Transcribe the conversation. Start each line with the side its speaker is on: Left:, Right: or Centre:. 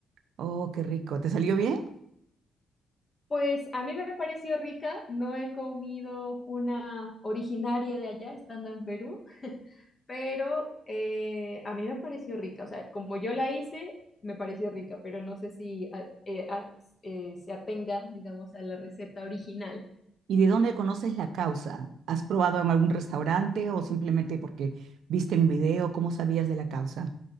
Right: Oh, qué rico. ¿Te salió bien?
Left: Pues a mí me pareció rica, no he comido una originaria de allá estando en Perú, pero eh, a mí me pareció rica, o sea, como yo la hice, me pareció rica, pero no sé si a- eh, a- eh, se atenga, digamos, a la receta original.
Right: ¿Y de dónde conoces la causa? ¿Has probado en algún restaurante o simplemente porque viste un video? ¿Cómo sabías de la causa?